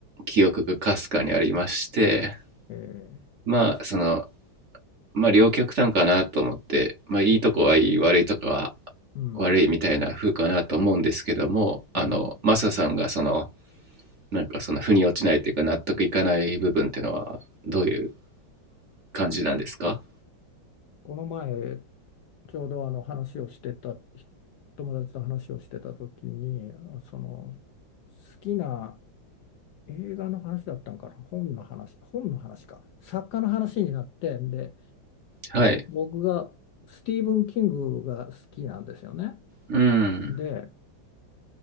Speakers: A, on the right; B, on the left.
A: 記憶がかすかにありまして、
B: ええ確かに。
A: まあその、まあ両極端かなと思って、まあいいとこはいい、
B: そうですよね。
A: 悪いとこは
B: うん。
A: 悪いみたいな風かなと思うんですけども、
B: うん。
A: あの、マサさんがその、なんかその腑に落ちないというか納得いかない部分っていうのはどういう感じなんですか
B: この前、ちょうどあの話をしてた、友達と話をしてた時に、あその、好きな映画の話だったんかな。本の話、本の話か。作家の話になって、で、
A: はい。
B: 僕がスティーブン・キングが好きなんですよね。
A: うん、
B: で、